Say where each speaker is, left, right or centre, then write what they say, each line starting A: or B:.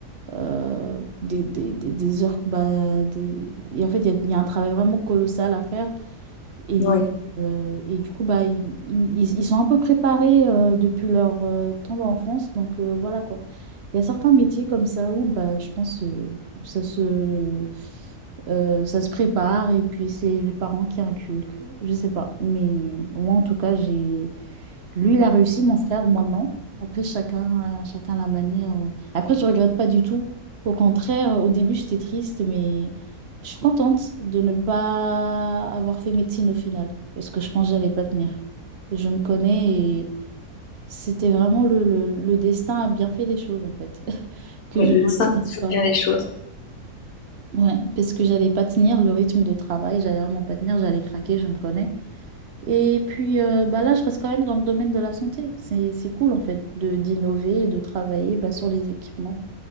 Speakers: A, on the right (about 55°); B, on the left (about 65°).
A: euh, des, des, des, des heures, bah, des... Et en fait, il y a il y a un travail vraiment colossal à faire. Et,
B: oui.
A: euh, et du coup, bah, ils, ils- ils sont un peu préparés euh, depuis leur euh, temps d'enfance. Donc euh, voilà quoi. Il y a certains métiers comme ça où bah, je pense euh, ça se, euh, ça se prépare et puis c'est les parents qui inculquent. Je sais pas. Mais moi en tout cas, j'ai lui, il a réussi, mon frère, moi non. Après, chacun, euh, chacun la manière. euh. Après, je regrette pas du tout. Au contraire, euh, au début, j'étais triste, mais je suis contente de ne pas avoir fait médecine au final, parce que je pense que j'allais pas tenir. Je me connais et c'était vraiment le, le, le destin a bien fait les choses, en fait, <laughs> que
B: Oui,
A: je
B: Le
A: ne
B: médecin
A: réussisse
B: fait
A: pas.
B: toujours bien les choses.
A: Ouais, parce que j'allais pas tenir le rythme de travail, j'allais vraiment pas tenir, j'allais craquer, je me connais. Et puis euh, bah là, je reste quand même dans le domaine de la santé. C'est, c'est cool en fait de d'innover et de travailler bah, sur les équipements.